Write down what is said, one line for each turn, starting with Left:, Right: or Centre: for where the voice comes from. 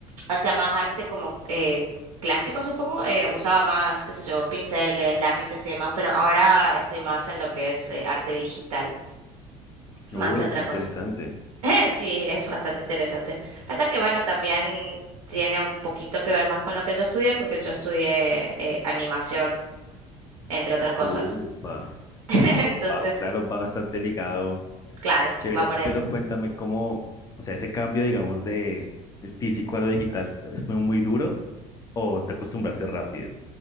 Right: hacía más arte como eh, clásico, supongo. eh, usaba más, qué sé yo, pinceles, lápices y demás, pero ahora estoy más en lo que es eh, arte digital,
Left: Uy,
Right: más que otra
Left: qué interesante.
Right: cosa. <laughs> Sí, es bastante interesante. Pasa que, bueno, también tiene un poquito que ver más con lo que yo estudié, porque yo estudié eh, animación, entre otras cosas.
Left: Upa.
Right: <laughs> Entonces,
Left: Wow, claro, va bastante ligado,
Right: claro,
Left: chévere,
Right: va por ahí.
Left: pero cuéntame cómo, o sea, ese cambio, digamos, de el físico a lo digital, eh, ¿fue muy duro o te acostumbraste rápido?